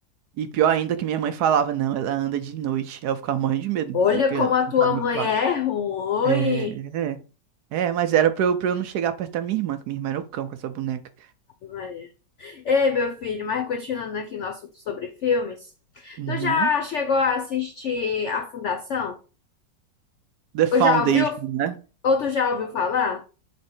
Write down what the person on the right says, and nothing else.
e pior ainda que minha mãe falava, não, ela anda de noite. Aí eu ficava morrendo de medo
de que-
de
ficar no
meu quarto.
É, é. É, mas era pra eu, pra eu não chegar perto da minha irmã, que minha irmã era o cão com essa boneca.
Uhum.
The Foundation,
né?